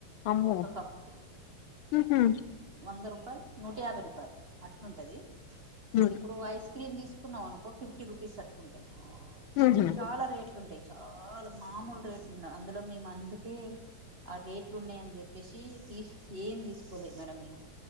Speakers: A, on the left; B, on the right.
A: అమ్మో
B: ఒక్క కప్పుకి
A: ఉహు
B: వంద రూపాయలు నూట యాభై రూపాయలు అట్లుంటది
A: హ్మ్.
B: ఇప్పుడు ఐస్ క్రీమ్ తీసుకున్నవానుకో ఫిఫ్టీ రుపీస్ అట్లుంటాది
A: ఉహు
B: చాలా రేట్లు ఉంటాయి చాలా మామూలు రేట్లు ఉన్న అందులో మేము అందుకే ఆ రేట్లు ఉన్నాయని చెప్పేసి తి ఏం తీసుకోలేదు మేడం మేము